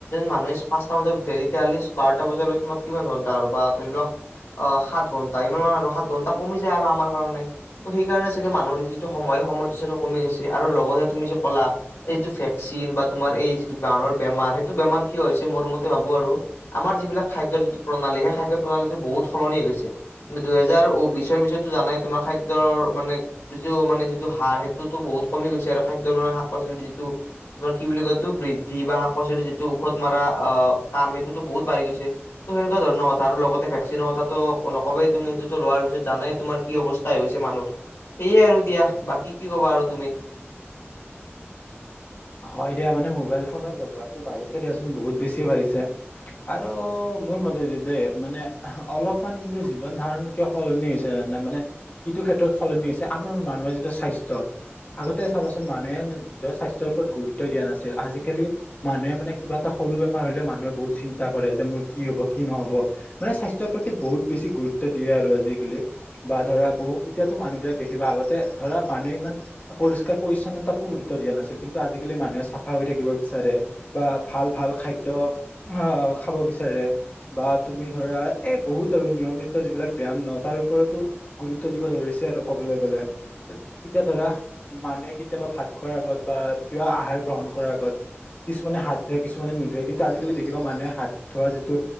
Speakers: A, on the left; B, on the left.
A: মানুহে পাঁচটা বজাত উঠে, তেতিয়াহ'লে বাৰটা বজালৈ তোমাৰ কিমান ঘণ্টা, আৰু বা ধৰি লোৱা অ', সাত ঘণ্টা ইমান মান, আৰু সাত ঘণ্টা কমি যায় আৰু আমাৰ কাৰণে। ত' সেইকাৰণে চাগে মানুহৰ যিটো সময়, সময়টো চাগে কমি গৈছে, আৰু লগতে তুমি যে ক'লা এই টো ভেকচিন বা, তোমাৰ এই যিটো বানৰ বেমাৰ, সেইটো বেমাৰ কিয় হৈছে মোৰ মতে ভাবো আৰু। আমাৰ যিবিলাক খাদ্যৰ যিটো প্ৰণালী, সেই খাদ্যৰ প্ৰণালীটো বহুত সলনি হৈ গৈছে। দুহেজাৰ বিশৰ পিছতো জানাই, তোমাৰ খাদ্যৰ মানে যটো, মানে যিটো সাৰ সেইটো বহুত কমি গৈছে, আৰু খাদ্যৰ মানে শাক পাচলিৰ যিটো তোমাৰ কি বুলি কয়, বৃদ্ধি বা শাক পাচলি যিটো ঔষধ মাৰা আহ, কাম সেইটোটো বহুত বাঢ়ি গৈছে। ত', সেনেকুৱা ধৰণৰ কথা, লগতে ভেকচিনৰ কথাটো নকবা, তুমি সেইটো লোৱাৰ পিছত জানাই তোমাৰ কি অৱস্থা হৈ গৈছে মানুহৰ, সেয়ে আৰু দিয়া, বাকী কি ক'বা আৰু তুমি।
B: হয় দিয়া, মানে মোবাইল ফোনৰ ব্যৱহাৰটো বাঢ়িছে দিয়াচোন, বহুত বেছি বাঢ়িছে। আৰু মোৰ মতে দেই, মানে অলপমান কিন্তু জীৱন ধাৰণ কিয় সলনি হৈছে মানে, কিটো ক্ষেত্ৰত সলনি হৈছে আমাৰ মানুহৰ যিটো স্বাস্থ্য আগতে চাবাচোন, মানুহে নিজৰ স্বাস্থ্যৰ ওপৰত গুৰুত্বই দিয়া নাছিল, আজিকালি মানুহে মানে কিবা এটা সৰু বেমাৰ হ, লেও মানুহে বহুত চিন্তা কৰে, যে মোৰ কি হ'ব কি নহ'ব। মানে স্বাস্থ্যৰ প্ৰতি, বহুত বেছি গুৰুত্ব দিয়ে আৰু আজিকালি। বা ধৰা, বহু এতিয়াতো মানুহবিলাক দেখিবা, আগতে ধৰা মানুহে ইমান পৰিষ্কাৰ, পৰিচ্ছন্নতাকো গুৰুত্ব দিয়া নাছিল। কিন্তু আজিকালি মানুহে চাফা হৈ থাকিব বিচাৰে, বা ভাল ভাল খাদ্য অ', খাব বিচাৰে। বা তুমি ধৰা, এ বহুত আৰু নিয়মিত যিবিলাক ব্যায়াম ন', তাৰ ওপৰতো গুৰুত্ব দিব ধৰিছে আৰু ক'বলৈ গ'লে। এতিয়া ধৰা, মানুহে কেতিয়াবা ভাত খোৱাৰ আগত, বা কিবা আহাৰ গ্ৰহণ কৰাৰ আগত কিছুমানে হাত ধোৱে, কিছুমানে নোধোৱে কিন্তু, আজিকালি দেখিবা মানুহে হাত ধোৱা যিটো